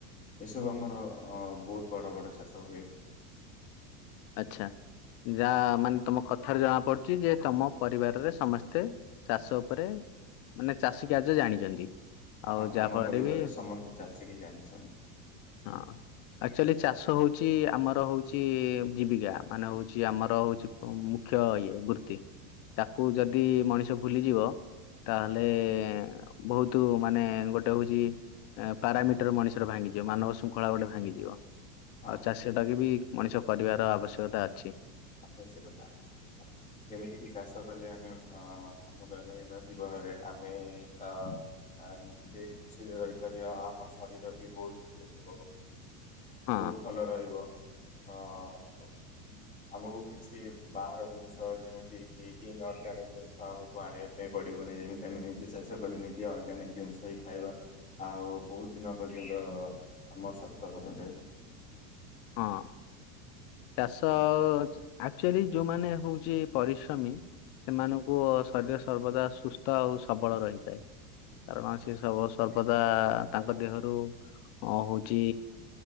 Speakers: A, on the left; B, on the left.
A: ଏସବୁ ଆମର ଅ ବହୁତ ବଡ ବଡ ଚାଷ ହୁଏ।
B: ଆଛା! ଯାହା ମାନେ ତମ କଥା ଥାରୁ ଜଣା ପଡୁଛି ଯେ ତମ ପରିବାରରେ ସମସ୍ତେ ଚାଷ ଉପରେ ମାନେ ଚାଷୀ କାର୍ଯ୍ୟ ଜାଣିଛନ୍ତି। ଆଉ
A: ହଁ,
B: ଯାହା
A: ଆମ
B: ଫଳରେ
A: ପରିବାରରେ
B: ବି
A: ସମସ୍ତେ ଚାଷୀ କି ଜାଣିଛନ୍ତି।
B: ହଁ ଆକଚୁଆଲି ଚାଷ ହଉଛି ଛି ଆମର ହଉଛି ଜୀବିକା, ମାନେ ହଉଛି ଆମର ହଉଛି ମୁ ମୁଖ୍ୟ ଇଏ ବୃତ୍ତି, ତାକୁ ଯଦି ମଣିଷ ଭୁଲିଯିବ ତାହେଲେ ବହୁତ ମାନେ ଗୋଟେ ହଉଛି ପାରାମିଟର ମଣିଷର ଭାଙ୍ଗିଯିବ, ମାନବ ଶୃଙ୍ଖଳା ଗୋଟେ ଭାଙ୍ଗିଯିବ।
A: ହଁ।
B: ଆଉ ଚାଷ ଟାକୁ ବି ମଣିଷ କରିବାର ଆବଶ୍ୟକତା ଅଛି।
A: ଆବଶ୍ୟକତା ଅଛି। ଯେମିତିକି ଚାଷ କଲେ ଆମେ ଅ ଆମ ଦୈନଦିନ ଜୀବନରେ ଆମେ ଅ ଆ ନିଜେ ଖୁସିରେ ରହିପାରିବା, ଆ-ଆମ ଶରୀରର ବି ବହୁତ ଅ
B: ହଁ
A: ବହୁତ ଭଲ ରହିବ ଅ ଆମକୁ କିଛି ବାହାର ଜିନିଷ ଯେମିତି କି ଈନ୍ଅର୍ଗାନିକ ଜିନିଷ ଆମକୁ ଆଣିବା ପାଇଁ ପଡିବ ନି ଯେମିତି ଆମେ ନିଜେ କଲେ ନିଜେ ଅରର୍ଗାନିକ ଜିନିଷ ହି ଖାଇବା, ଆଉ ବହୁତ ଦିନ ପର୍ଯ୍ୟନ୍ତ ଆମ ସ୍ୱାସ୍ଥ୍ୟ ଭଲ ରହିବ।
B: ହଁ ଚାଷ ଆକ୍ଚୁଆଲି ଯୋଉ ମାନେ ହଉ ଯିଏ ପରିଶ୍ରମୀ ସେମାନଙ୍କୁ ଶରୀର ସର୍ବଦା ସୁସ୍ଥ ଆଉ ସବଳ ରହିଥାଏ। କାରଣ ସେ ସବ ସର୍ବଦା ତାଙ୍କ ଦେହରୁ ହଁ ହଉଚି